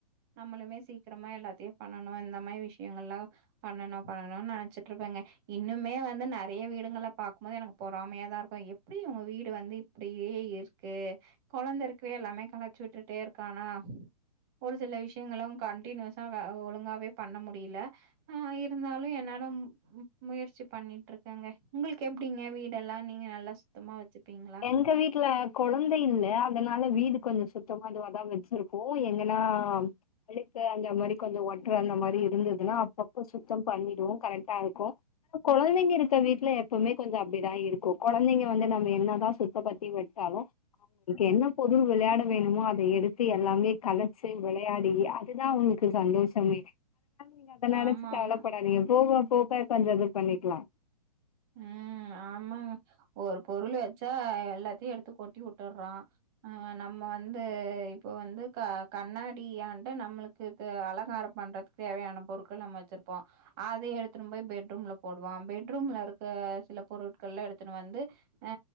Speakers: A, on the right; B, on the left.
A: நம்மளுமே சீக்ரமா எல்லாத்தையு பண்ணணு இந்த மாரி விஷயங்கள்லா பண்ணணு பண்ணணு நெனைச்சிட்டு இருப்பேங்க இன்னுமே வந்து நெறைய வீடுங்கள பாக்கும் போது எனக்கு பொறாமையாதா இருக்கு எப்படி இவ்ங்க வீடு டு வந்து இப்படியே இருக்கு கொழந்த இருக்கவே எல்லாமே கலச்சு விட்டுட்டே இருக் கானா ஒரு சில விஷயங்களு கண்டனியூஸா வே ஒழுங்காவே பண்ண முடில ஆ இருந்தாலு என்னால மு மு முயற்சி பண்ணிட்டுருக்கங்க உங்களுக்கு எப்டிங்க வீடெல்லா நீங்க நல்லா சுத்தமா வச்சுப்பீங்களா
B: எங்க வீட்ல கொழந்த இல்ல அதனால வீடு கொஞ்சொ சுத்தம் அதுவாதா வச்சிருக்கோ என்னனா அழுக்கு அந்த மாரி கொஞ்சொ ஒட்ர அந்த மாரி இருந்ததுன்னா அப்பப்ப சுத்தம் பண்ணிடுவோ கரெக்டாருக்கு கொழந்தைங்க இருக்க வீட்ல எப்போமே கொஞ்சொ அப்டிதா இருக்கு கொழந்தைங்க வந்து நம்ம என்னதா சுத்த பத்தி வெச்சாலு ஒனக்கு என்ன பொருள் விளையாட வேணுமோ அத எடுத்து எல்லாமே கலச்சு விளையாடி அதுதா அவ்னுக் <unintelligible> சந்தோஷமே அதுனால நீங்க அத நெனச்சு
A: ஆமா
B: கவலப்படாதீங்க
A: ஆமா
B: போக போக கொஞ்சோ இது பண்ணிக்கலா
A: ம் ஆமா ஒரு பொருளு வெச்சா எல்லாத்தையு எடுத்து கொட்டி உட் டர்றா அ நம்ம வந்து இப்போ வந்து க கண்ணாடியான்ட நம்மளுக் இப்ப அலங்காரம் பண்றத்துக் தேவையான பொருட்கள் நம்ம வெச்சிருப்போ அத எடுத்துனு போய் பெட்ரூம்ல போடுவா பெட்ரூம்ல இரு க்க சில பொருட்கள்லா எடுத்துனு வந்து அ